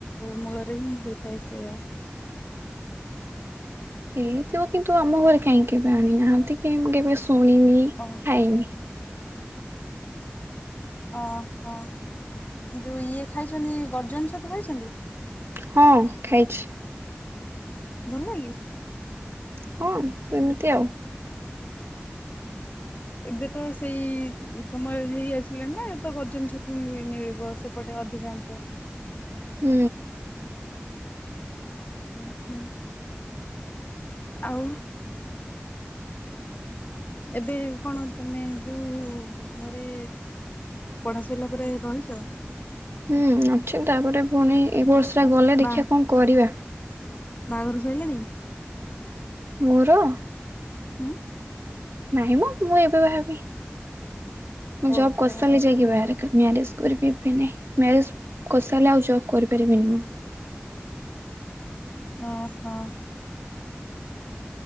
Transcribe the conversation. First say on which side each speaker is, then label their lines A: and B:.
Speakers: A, on the left; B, on the right.
A: ମୂଳରେ ହିଁ ହେଇଥାଏ ସେଇଆ।
B: ହେଇଥିବ କିନ୍ତୁ ଆମ ଘରେ କାହିଁ କେବେ ଆଣିନାହାନ୍ତି କି ମୁଁ କେବେ ଶୁ ଶୁଣିନି,
A: ଓ
B: ଖାଇନି।
A: ଓହୋ। ଯୋଉ ଇଏ ଖାଇଛନ୍ତି ଗର୍ଜନ ଛତୁ ଖାଇଛନ୍ତି?
B: ହଁ ଖାଇଛି।
A: ଭଲ୍ ଲାଗେ?
B: ହଁ ସେମିତି ଆଉ।
A: ଏବେ ତ ସେଇ ସମୟ ହେଇ ଆସିଲାନା, ତ ଗର୍ଜନ ଛତୁ ମିଳିବ ସେପଟେ। ଅଧିକାଂଶ।
B: ହୁଁ।
A: ଉଁ ହୁଁ। ଆଉ ଏବେ କଣ ତମେ, ଯୋଉ ଘରେ ପଢା ସରିଲା ପରେ ରହିଛ? ତ
B: ହୁଁ ଅଛି। ତାପରେ ଫୁଣି ଏ ବର୍ଷଟା ଗଲେ
A: ବା
B: ଦେଖିବା କଣ କରିବା।
A: ବାହାଘର ସରିଲାଣି?
B: ମୋର?
A: ହୁଁ।
B: ନାହିଁ ମ, ମୁଁ ଏବେ ବାହା ହେବି। ମୁଁ
A: ଓହୋ।
B: ଜବ୍ କରିସାରିଲେ ଯାଇକି ବାହାରେ। ମ୍ୟାରେଜ କରିିବି, ଏବେ ନାହିଁ। ମ୍ୟାରେଜ କରିସାରିଲେ ଆଉ ଜବ୍ କରିପାରିବିନି ମୁଁ।
A: ଓ ହୋ।